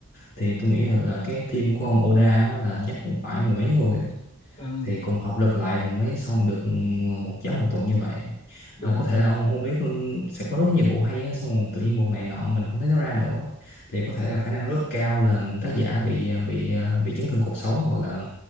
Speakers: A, on the left (about 45°); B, on the left (about 25°).
A: thì tôi nghĩ là, là cái team của ông Oda á, là chắc cũng phải mười mấy người
B: ừ,
A: thì cùng hợp lực lại thì mới xong được một giấc một tuần như vậy
B: đúng
A: và
B: không
A: có thể là ông không biết sẽ có rất nhiều vụ hay á, xong rồi tự nhiên một ngày nọ mình không thấy nó ra nữa thì có thể là khả năng rất cao là tác giả bị bị bị chấn thương cột sống hoặc là